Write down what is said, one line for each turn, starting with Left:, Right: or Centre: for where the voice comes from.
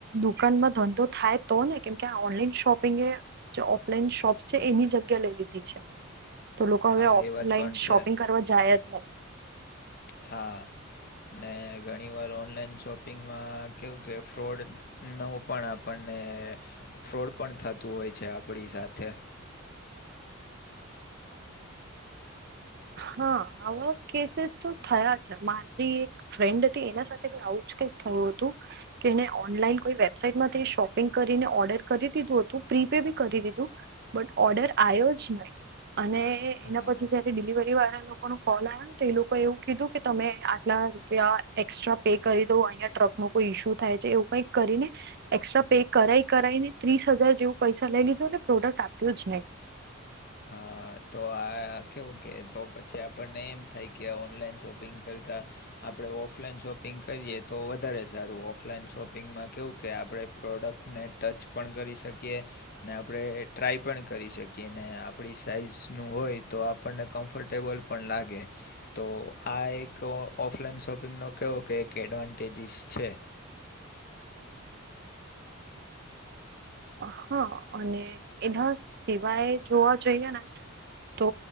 Right: દુકાનમાં ધંધો થાય તો ને કેમકે ઓનલાઈન શોપિંગ એ જે ઓફલાઈન શોપ્સ છે એની જગ્યા લઈ લીધી છે.
Left: <inaudible>
Right: તો લોકો
Left: હા
Right: હવે ઓફલાઈન
Left: એ વાત પણ છે
Right: શોપિંગ કરવા જાય જ નહી.
Left: હા ને ઘણીવાર ઓનલાઈન શોપિંગમાં કેવું કે ફ્રોડ નવું પણ આપણને ફ્રોડ પણ થતું હોય છે આપણી સાથે
Right: હા આવા કેસીસ તો થયા છે માંનવી એક ફ્રેન્ડ હતી એના સાથે આવું જ કઈક થયું હતું. કે એને ઓનલાઈન કોઈ વેબસાઈટમાંથી શોપિંગ કરીને ઓર્ડર કરી દીધું હતું પ્રીપે બી કરી દીધું. બટ ઓર્ડર આવ્યો જ નહી અને
Left: હા
Right: એના પછી જયારે ડિલિવરી વાળા લોકો નો કોલ આવ તો એ લોકો એવું કીધું કે તમે આટલા રૂપિયા એસ્ટ્રા પે કરી દો અહિયાં ટ્રક નો કોઈ ઈસ્યુ થાય છે એવું કઈ કરીને એસ્ટ્રા પે કરાઈ કરાઈ ને ત્રીસ હજાર જેવું પૈસા લઇ લીધુંને પ્રોડક્ટ આપ્યું જ નહી.
Left: હા તો આ આ કેવું કે તો પછી આપણને એમ થાય કે ઓનલાઈન શોપિંગ કરતા આપણે ઓફલાઈન શોપિંગ કરીએ તો વધારે સારું ઓફલાઈન શોપિંગમાં કેવું કે આપડણે પ્રોડક્ટને ટચ પણ કરી શકીએ. ને આપણે ટ્રાય પણ કરી શકીએ ને આપણી સાઈઝનું હોય. તો આપણને કમ્ફર્ટેબલ પણ લાગે તો આ એક ઓફલાઈન શોપિંગનો કેવો કે એક એડવાન્ટેજિસ છે.
Right: હા અને એના સિવાય જોવા જઈએ ને તો